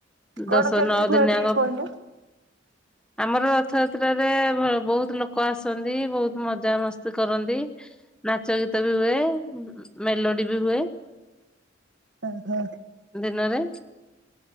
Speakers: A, on the right; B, in the centre.
A: କଣ
B: ଦଶ
A: କେମିତି
B: ନଅ
A: ହୁଏ
B: ଦିନ
A: ଟିକେ
B: ଯାକ
A: କହିଲେ?
B: ଆମର ରଥଯାତ୍ରାରେ ଭ ବୋହୁତ ଲୋକ ଆସନ୍ତି ବୋହୁତ ମଜା ମସ୍ତି କରନ୍ତି। ନାଚ ଗୀତ ବି ହୁଏ ଉଁ ଉଁ ମେଲୋଡି ବି ହୁଏ।
A: ଓ ହ।
B: ଦିନରେ।